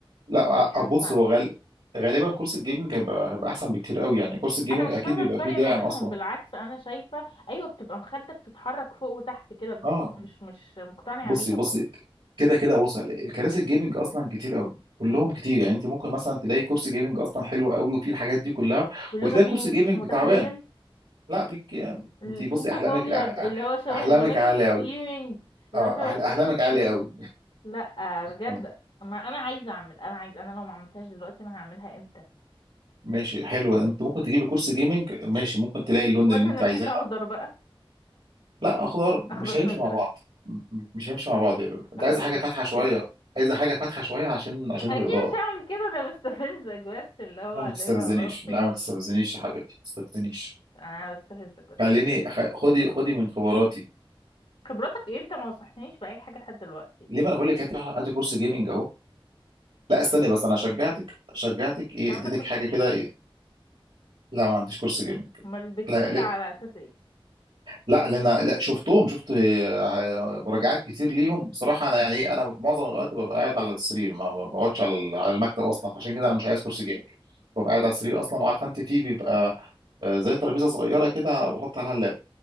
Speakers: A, on the right (about 75°); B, on the left (about 65°).
A: لا
B: يعني انا
A: أ- بص
B: مش عارفة
A: هو غال... غالبا كورس الجيمنج هيبقى هيبقى احسن بكتير قوي يعني كورس الجيمنج
B: انا مش
A: اكيد
B: فاهمة
A: بيبقى
B: الفرق
A: فيه داعم
B: ما بينهم
A: اصلا
B: بالعكس انا شايفة ايوه بتبقى مخدة بتتحرك فوق وتحت كده بس
A: اه
B: مش مش مقتنعة
A: بصي
B: بيها
A: بصي
B: برضه
A: كده كده وصل الكراسي الجيمنج اصلا كتير قوي كلهم
B: مم.
A: كتير يعني انت ممكن مثلا تلاقي كورس جيمنج اصلا حلو قوي وفيه الحاجات دي كلها
B: ولونه
A: وتلاقي
B: بينك
A: كورس جيمنج
B: متخيل
A: تعبان لا بيك
B: البينك
A: انت بصي احلامك
B: في ابيض
A: أح...
B: اللي
A: أح-
B: هو شبه
A: احلامك
B: البنات
A: عاليه
B: الستريمينج
A: قوي
B: اللي
A: اه
B: هو شبه
A: أح... احلامك
B: البنات الستريمينج
A: عاليه قوي
B: لا بجد
A: آه،
B: ما انا عايزة اعمل انا عايز انا لو ما عملتهاش دلوقتي انا هعملها امتى
A: ماشي حلو انت ممكن تجيبي كورس جيمنج ماشي ممكن تلاقي اللون
B: وادهن
A: اللي انت
B: الحيطة
A: عايزاه
B: اخضر بقى
A: لا اخضر مش
B: اخضر
A: هيمشي
B: فازرق
A: مع بعض م- م- مش هيمشي مع بعض يا لولو انت
B: اخضر
A: عايزه حاجه
B: فازرق
A: فاتحه شويه
B: <laughs>
A: عايزه حاجه فاتحه شويه عشان عشان
B: اكيد
A: الاضاءه
B: مش هعمل كده انا بستفزك بس اللي هو
A: لا ما
B: ده
A: تستفزنيش
B: هنا وقف.
A: لا ما تستفزنيش يا حبيبتي ما تستفزنيش
B: <laughs> انا بستفزك بس
A: خليني خ- خدي خدي من خبراتي
B: خبرتك ايه انت ما نصحتنيش باي حاجه لحد دلوقتي
A: ليه ما انا بقول لك هاتي هاتي كورس جيمنج اهو لا استني بس انا
B: اوكي
A: شجعتك شجعتك ايه
B: انت عندك
A: اديتك
B: كرة
A: حاجه
B: الجيمنج
A: كده ايه لا ما عنديش كورس جيمنج
B: امال بتقول
A: لا
B: على اساس ايه
A: لا لان انا لا شفتهم شفت آه، مراجعات كتير ليهم بصراحه انا يعني إيه، انا معظم الوقت ببقى قاعد على السرير ما ما بقعدش
B: مم.
A: على ال- على المكتب اصلا فعشان كده
B: اه
A: انا مش عايز كرسي جيمنج ببقى قاعد على السرير اصلا وعارفه انت فيه بيبقى آه، زي ترابيزه صغيره كده بحط عليها اللاب